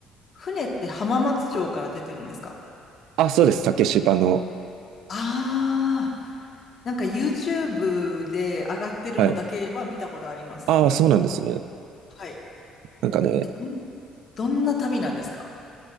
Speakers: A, on the left (about 45°); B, on the right (about 80°).
A: 船って浜松町から出てるんですか
B: あ、そうです。竹芝の。
A: ああーなんか YouTube で上がってるのだけは見たことあります。
B: はい。ああ、そうなんですね。
A: はい。
B: なんかね、
A: え、どん、どんな旅なんですか